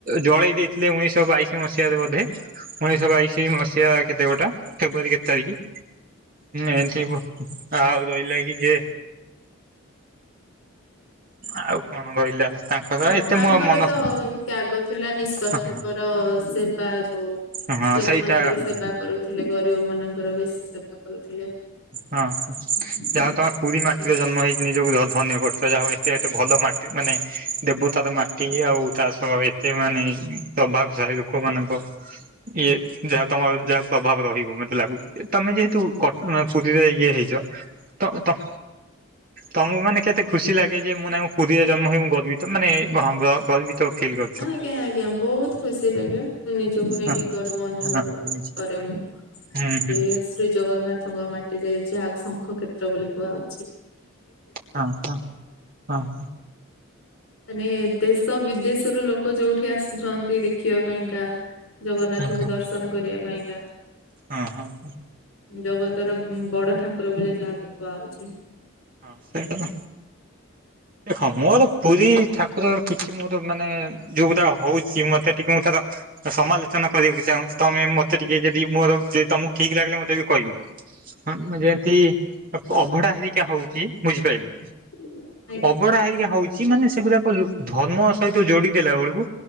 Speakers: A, on the right; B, on the left.
A: ଜଳେଇ ଦେଇଥିଲେ ଉଣେଇଶିଶହ ବାଇଶି ମସିହାରେ ବୋଧେ ଉଣେଇଶହ ବାଇଶି ମସିହା କେତେ ଗୋଟେ ଫେବୃଆରୀ କେତେ ତାରିଖି ଏମତି ଆଉ ରହିଲା କି ଯେ ଆଉ କଣ ରହିଲା। ତାଙ୍କର
B: ହଁ
A: ଏତେ
B: ତାଙ୍କର
A: ମୁଁ ଆଉ ମନ
B: ତ
A: ହଁ
B: ତ୍ୟାଗ ଥିଲା ନିଃସ୍ୱାର୍ଥପର
A: ହଁ
B: ସେବା ଯୋଉ
A: ହଁ ହଁ
B: ଲୋକମାନଙ୍କର
A: ସେଇଟା ହଁ
B: ସେବା କରୁଥିଲେ ଗରିବ ମାନଙ୍କର ବି ସେ ସେବା କରୁଥିଲେ।
A: ହଁ ଯାହା
B: ଆ
A: ହଉ ତମେ ପୁରୀ ମାଟିରେ
B: ଠିକ ଅଛି
A: ଜନ୍ମ ହେଇକି ନିଜକୁ ଧନ୍ୟ କର ଯାହ ହଉ ଏତେ ଏତେ ଭଲ ମା ଟି ମାନେ ଦେବତାର ମାଟି ଆଉ ତା ସହ ଏତେ ମାନେ ପ୍ରଭାବଶାଳୀ ଲୋକମାନଙ୍କ ଇଏ ଯାହା ତମର ଯାହା ପ୍ରଭାବ ରହିବ ମତେ ଲାଗୁଚି ତମେ ଯେହେତୁ କଟ୍- ପୁରୀରେ ଯାଇକି ଇଏ ହେଇଚ ତ -ତ ତମକୁ ମାନେ କେତେ ଖୁସି ଲାଗେ ଯେ ମୁଁ ନାହିଁ ମୁଁ ପୁରୀରେ ଜନ୍ମ ହୋଇ ମୁଁ ଗର୍ବିତ ମାନେ ହଁ ଗ- ଗର୍ବିତ। ଫିଲ୍ କରୁଛ।
B: ଆଜ୍ଞା -ଆଜ୍ଞା ବହୁତ୍ ଖୁସି ଲାଗିବ। ମୁଁ ନିଜକୁ ନେଇକି
A: ହଁ
B: ଗର୍ବ ଅନୁଭବ
A: ହଁ ହୁଁ
B: କରେ ମୁଁ କି
A: ହୁଁ ହୁଁ
B: ଶ୍ରୀ ଜଗନ୍ନାଥଙ୍କ ମାଟିରେ ଯାହାକୁ ଶଙ୍ଖ କ୍ଷେତ୍ର ବୋଲି କୁହାହଉଚି।
A: ହଁ -ହଁ -ହଁ -ହଁ।
B: ମାନେ ଦେଶ ବିଦେଶରୁ ଲୋକ ଯଉଠି ଆସିଛନ୍ତି ଦେଖ ଖିବା ପାଇଁକା ଜଗନ୍ନାଥଙ୍କୁ
A: ହଁ
B: ଦର୍ଶନ କରିବା ପାଇଁକା।
A: ହଁ- ହଁ।
B: ଜଗତର ଉଁ- ବଡ ଠାକୁର ବୋଲି ଯାହାକୁ କୁହାହଉଚି।
A: ହଁ ସେଇଟା ତ। ଦେଖ ମୋର ପୁରୀ ଠାକୁର କିଛି ମୋର ମାନେ ଯଉରା ହଉଚି ମତେ ଟିକେ ମୁଁ ତାର ସମାଲୋଚନା କରିବାକୁ ଚାହୁଁଚ ତମେ ମତେ ଟିକେ ଯଦି ମୋର ଯେ ତମକୁ ଠିକ୍ ଲାଗିଲା ମତେ ବି କହିବ। ହଁ ଯେମତି ଅପ୍ -ଅଭଢା ହେରିକା ହଉଚି ବୁଝିପାଇଲେ।
B: <inaudible>
A: ଅବଢା ହେରିକା ହଉଚି ମାନେ ସେଗୁଡ଼ାକ ଧର୍ମ ସହିତ ଯଡି ଦେଲା ବଳକୁ